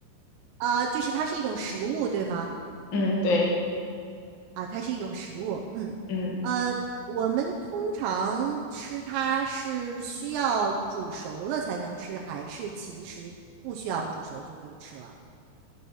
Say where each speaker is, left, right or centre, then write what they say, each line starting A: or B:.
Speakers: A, on the right; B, on the left.
A: 啊，就是它是一种食物，对吗？
B: 嗯，对，
A: 啊，它是一种食物。嗯，
B: 嗯。
A: 呃，我们通常吃它是需要煮熟了才能吃，还是其实不需要煮熟就可以吃了？